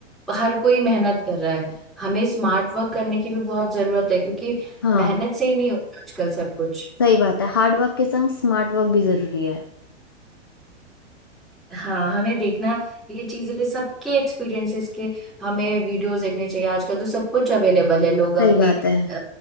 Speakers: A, in the centre; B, on the left (about 20°).
A: हर कोई मेहनत कर रहा है हमें स्मार्ट वर्क करने की भी बहुत जरूरत है क्योंकि
B: हाँ
A: मेहनत से ही नहीं होता आजकल सब कुछ
B: सही बात है हार्ड वर्क के संग स्मार्ट वर्क भी जरूरी है
A: हाँ हमें देखना ये चीजें सबके एक्सपीरियंसेस के हमें वीडियोस देखने चाहिए आजकल तो सब कुछ अवेलेबल है लोग अपनी
B: सही बात है
A: अ,